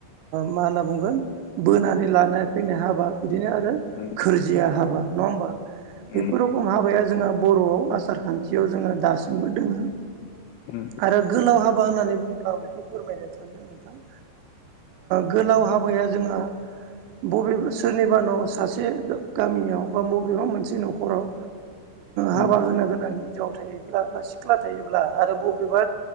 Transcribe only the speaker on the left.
उम
उम
ुम
उम